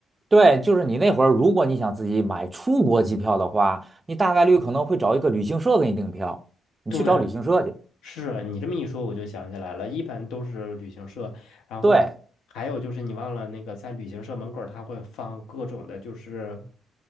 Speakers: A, on the right (about 25°); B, on the left (about 85°).
A: 对，就是你那会儿，如果你想自己买出国机票的话，你大概率可能会找一个旅行社给你订票，你去找旅行社去。
B: 对是你这么一说，我就想起来了，一般都是旅行社，然后还有就是你忘了那个在旅行社门口儿，
A: 对
B: 他会放各种的，就是